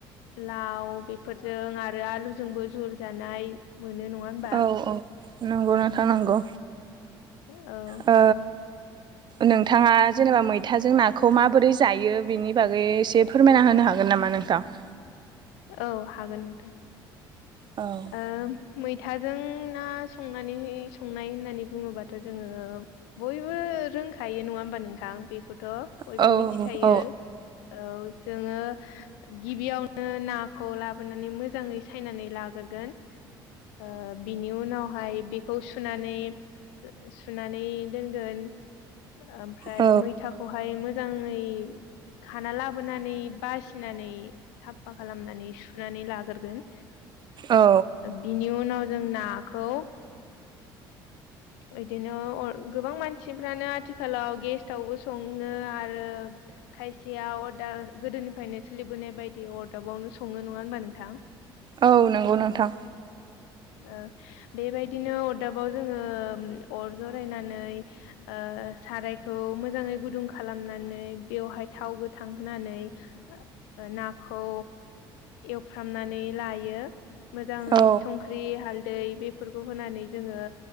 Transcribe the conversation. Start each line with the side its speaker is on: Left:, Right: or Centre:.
Left: लाव बेफोरजों आरो आलुजोंबो जुल जानाय मोनो नङा होनबा
Right: औ औ नंगौ नोंथां नंगौ।
Left: औ
Right: ओ नोंथाङा जेनेबा मैथाजों नाखौ माबोरै जायो बेनि बागै एसे फोरमायना होनो हागोन नामा नोंथां?
Left: औ हागोन नोंथां
Right: औ
Left: ओ मैथाजों ना संनानै संनाय होननानै बुङोबाथ जोङो बयबो रोंखायो नङा होमबा नोंथां बेखौथ बयबो
Right: औ
Left: मिथिखायो।
Right: औ
Left: औ जोङो गिबियावनो नाखौ लाबोनानै मोजांयै सायनानै लागोरगोन ओ बि नि उनावहाय बेखौ सुनानै सुनानै दोनगोन। ओमफ्राय
Right: औ
Left: मैथाख खौहाय मोजाङै खाना लाबोनानै बासिनानै फा खालामनानै सुनानै लागोरगोन।
Right: औ
Left: बिनि उनाव जों नाखौ ओ बिदिनो अर गोबां मानसिफ्रानो आथिखालाव गेस्टआवबो सङो आरो खायसेया अरदा गोदोनिफ्रायनो सोलिबोनाय बायदि अरदाबावनो सङो नङा होनबा नोंथां?
Right: औ नोंगौ नोंथां‌
Left: ओ बेबायदिनो अरदाबाव जोङो अर जरायनानै ओ सारायखौ मोजाङै गुदुं खालामनानै बेवहाय थाव गोथांहोनानै ओ नाखौ एवफ्रामनानै लायो मोजाङै
Right: औ
Left: संख्रि संख्रि हालदै बेफोरखौ होनानै जोङो